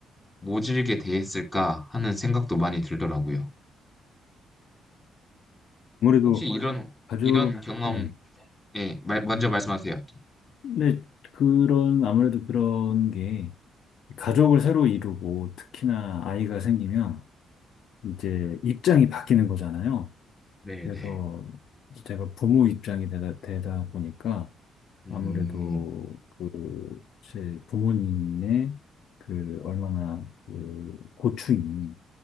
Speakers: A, on the left; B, on the left.
A: 모질게 대했을까 하는 생각도 많이 들더라고요.
B: 아무래도
A: 혹시 맞아요. 이런,
B: 가족,
A: 이런 경험,
B: 네.
A: 예, 말- 먼저 말씀하세요.
B: 근데 그런, 아무래도 그런 게, 가족을 새로 이루고, 특히나 아이가 생기면, 이제 입장이 바뀌는 거잖아요.
A: 네네.
B: 그래서 제가 부모 입장이 되다, 되다 보니까,
A: 음,
B: 아무래도 그, 제 부모님의 그, 얼마나 그, 고충이,